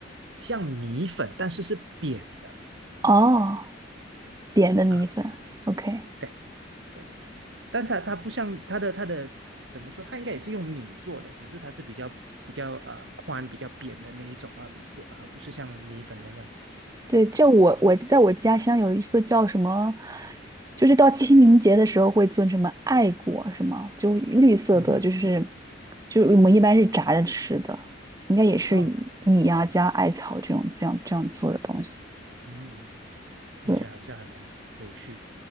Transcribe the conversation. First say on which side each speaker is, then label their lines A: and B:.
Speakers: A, on the right (about 75°); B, on the right (about 20°).
A: 像米粉，但是是扁的
B: 哦，扁的米粉，OK，
A: 啊，对。对但是它它不像它的它的怎么说，它应该也是用米做的，只是它是比较比较呃宽、比较扁的那一种啊，不啊、不是像米粉那样。
B: 对，这我我在我家乡有一个叫什么，就是到清明节的时候会做什么艾果什么，就绿色的，
A: 嗯哼，
B: 就是就我们一般是炸着吃的，应该也是以米呀、
A: 哦，
B: 加艾草这种这样这样做的东西。
A: 嗯，听起来好像还蛮有趣。
B: 对，